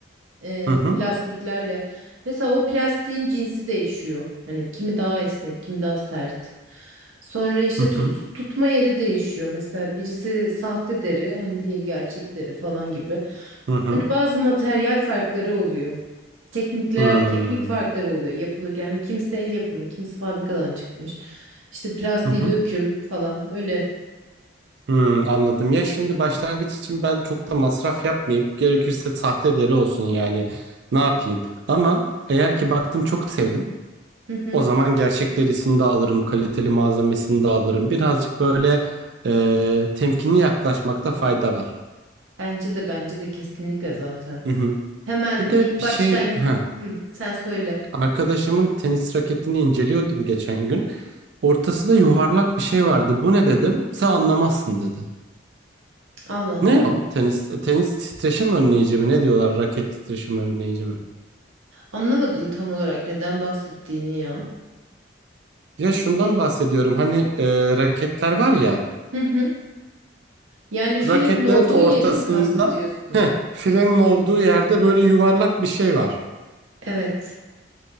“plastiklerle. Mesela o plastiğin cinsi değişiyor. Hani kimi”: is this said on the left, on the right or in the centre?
Right